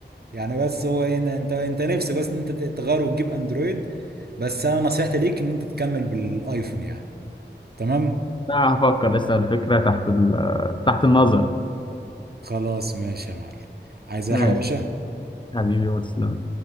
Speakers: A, on the right; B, on the left.
A: يعني بس هو إيه إن انت انت نفسك بس ان انت تغير وتجيب اندرويد بس انا نصيحتي ليك ان انت تكمل بالايفون يعني تمام
B: لا هفكر لسه الفكرة تحت ال... تحت النظر
A: خلاص ماشي يا معلم عايز
B: ماشي
A: اي حاجه يا باشا
B: حبيبي واتساب